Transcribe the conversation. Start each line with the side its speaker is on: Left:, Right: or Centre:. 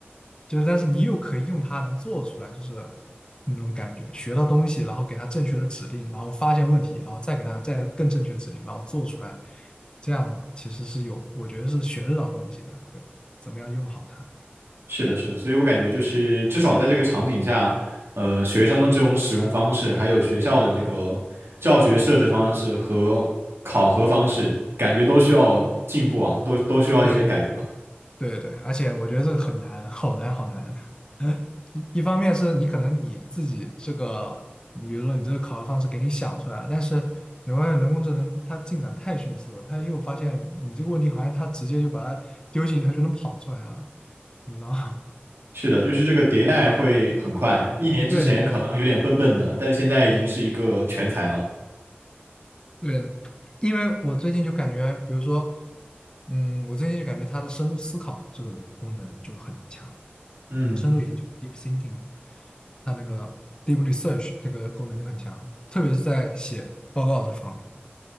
Left: 就是但是你又可以用它能做出来，就是那种感觉，学到东西，然后给它正确的指令，然后发现问题，然后再给它再更正确指令，然后做出来，这样其实是有，我觉得是学得到东西的。对，怎么样用好它？
Right: 是的，是的，所以我感觉就是至少在这个场景下，呃，学生的这种使用方式，还有学校的这个教学设置方式和考核方式，感觉都需要进步啊，都都需要一些改革。
Left: 对。对对，而且我觉得这个很难，好难，好难。<laughs> 的。一一方面是你可能你自己这个，你比如说你这个考核方式给你想出来，但是你会发现人工智能它进展太迅速了，它又发现你这个问题好像它直接就把它丢进去，它就能跑出来了，你知道吗？
Right: 是的，就是这个迭代会很快，一年之前可能有点笨笨的，
Left: <laughs> 对对对，
Right: 但现在已经是一个全才了。
Left: 对，因为我最近就感觉，比如说，嗯，我最近就感觉它的深度思考这个功能就很强，
Right: 嗯，
Left: 深度研究 （deep thinking），它那个 deep research 这个功能就很强，特别是在写报告这方面。